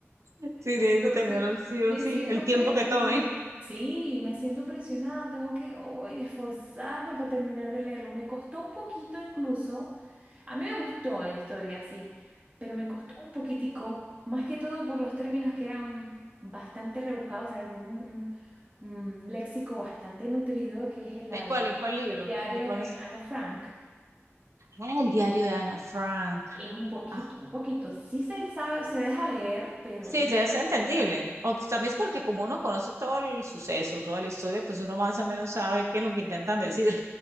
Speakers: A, on the right (about 80°); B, on the right (about 30°).
A: Sí,
B: Entonces,
A: tienes que tenerlo sí
B: me
A: o sí,
B: siento
A: el tiempo
B: presionada.
A: que tome.
B: Sí, me siento presionada, tengo que hoy esforzarme para terminar de leerlo. Me costó un poquito incluso. A mí me gustó la historia, sí, pero me costó un poquitico, más que todo por los términos que eran bastante rebuscados, o sea, tiene un, un- un léxico bastante nutrido, que es el, la
A: ¿El cuál?
B: de-
A: ¿El cuál libro?
B: el diario
A: ¿De cuál
B: de
A: es?
B: Ana Frank.
A: Ah, el diario de Ana Frank.
B: Es un poquito,
A: Ah,
B: un poquito. Sí se le sabe, se deja leer, pero
A: sí,
B: es un
A: sí, es
B: poquito.
A: entendible. O pues, también es porque como uno conoce todo el suceso, toda la historia, pues uno más o menos sabe qué es lo que intentan decir.